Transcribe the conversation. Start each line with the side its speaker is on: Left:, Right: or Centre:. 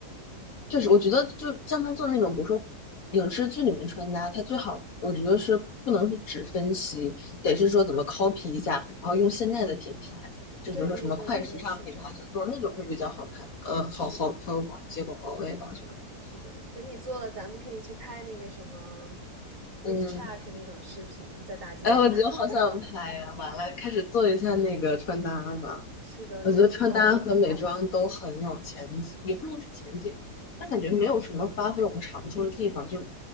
Left: 就是我觉得就像他做那种，比如说影视剧里面穿搭，他最好我觉得是不能是只分析，得是说怎么 copy 一下，然后用现在的品牌，就比如说什么快时尚品牌，
Right: 对对对对对，是这样的，
Left: 就做那种会比较好看，嗯，好好好有结果我也吧，
Right: 是的，
Left: 我觉得。
Right: 是的，等你做了，咱们可以去拍那个什么 fit
Left: 嗯，
Right: check 那种视频，在大街上。
Left: 哎，我觉得好想拍呀、
Right: <laughs>
Left: 完了，开始做一下那个穿搭吧。
Right: 是的，我觉得挺好玩的。
Left: 我觉得穿搭和美妆都很有前景，也不能是前景，但感觉没有什么发挥我们长处的地方，就